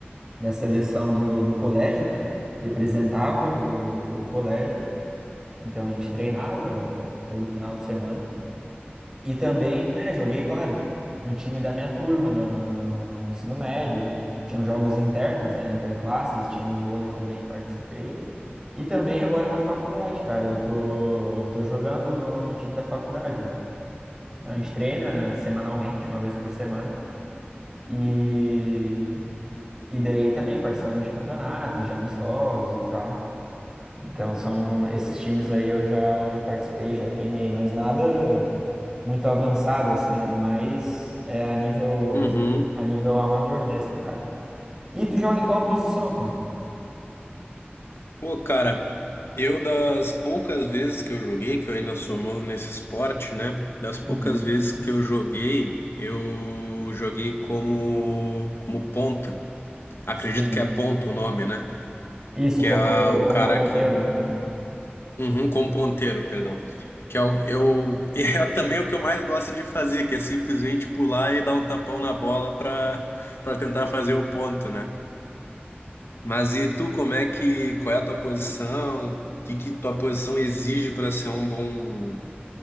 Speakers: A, on the right; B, on the left.
A: na seleção do, do colégio, né? Representava o, o colégio. Então, a gente treinava todo final de semana. E também, né, joguei, claro, no time da minha turma, no, no, no ensino médio. Tinham jogos internos, né? Interclasses, tinha o vôlei também, participei. E também agora na faculdade, cara, eu tô, tô jogando no, no time da faculdade, né? Então, a gente treina semanalmente, uma vez por semana. E, e daí também participamos de campeonatos, de amistosos e tal. Então, são esses times aí eu já, já participei, já treinei, mas nada muito avançado assim, né? Mas é a nível,
B: Uhum.
A: a nível amador mesmo, cara. E tu joga em qual posição, pô?
B: Pô, cara, eu das poucas vezes que eu joguei, que eu ainda sou novo nesse esporte, né? Das poucas
A: Uhum.
B: vezes que eu joguei, eu joguei como como ponta. Acredito
A: Sim.
B: que é ponta o nome, né?
A: Isso,
B: Que
A: como,
B: é o
A: como
B: cara
A: ponteiro.
B: que,
A: Aham.
B: uhum, como ponteiro, perdão. Que é o, eu <laughs> é também o que eu mais gosto de fazer, que é simplesmente pular e dar um tapão na bola para para tentar fazer o ponto, né? Mas e tu, como é que, qual é a tua posição? O que que tua posição exige para ser um bom,